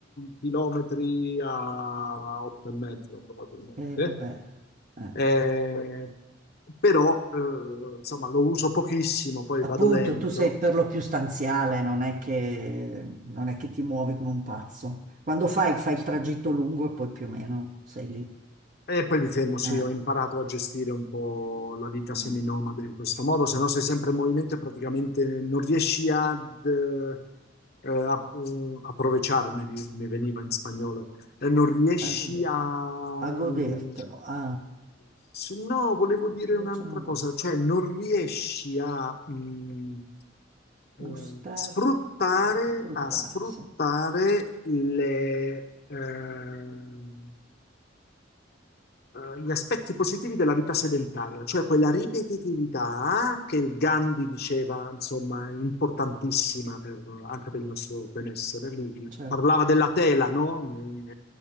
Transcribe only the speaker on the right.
E vabbè. Eh.
Appunto,
tu sei per lo più stanziale, non è che, non è che ti muovi come un pazzo. Quando fai, fai il tragitto lungo e poi più o meno sei lì.
eh,
mm,
a gode-
a
godertelo. A...
Invece
no,
gos-
gustar,
sfruttare,
sì,
certo.